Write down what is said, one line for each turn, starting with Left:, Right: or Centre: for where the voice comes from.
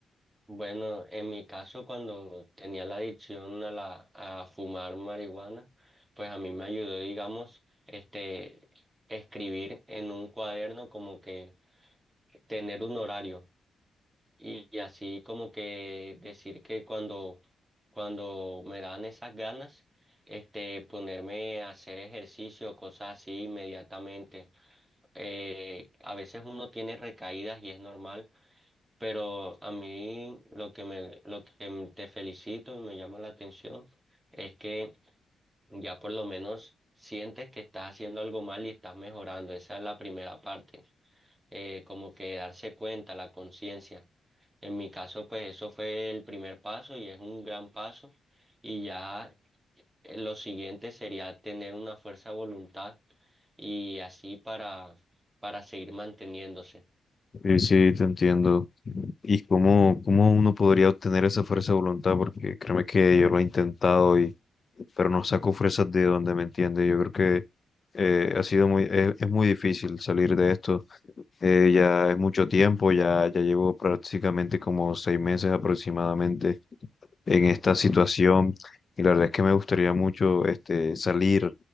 Right: Bueno, en mi caso, cuando tenía la adicción a la, a fumar marihuana, pues a mí me ayudó, digamos, este, escribir en un cuaderno como que tener un horario y, y así como que decir que cuando, cuando me dan esas ganas, este, ponerme a hacer ejercicio, cosas así inmediatamente. Eh, a veces uno tiene recaídas y es normal pero a mí lo que me, lo que m- te felicito y me llama la atención es que ya por lo menos sientes que estás haciendo algo mal y estás mejorando. Esa es la primera parte, eh, como que darse cuenta, la conciencia. En mi caso, pues eso fue el primer paso y es un gran paso. Y ya eh, lo siguiente sería tener una fuerza de voluntad y así para, para seguir manteniéndose.
Left: Sí, sí, te entiendo. ¿Y cómo, cómo uno podría obtener esa fuerza de voluntad? Porque créeme que yo lo he intentado y, pero no saco fuerzas de donde me entiende. Yo creo que eh, ha sido muy, es, es muy difícil salir de esto. Eh, ya es mucho tiempo, ya, ya llevo prácticamente como seis meses aproximadamente en esta situación. Y la verdad es que me gustaría mucho este, salir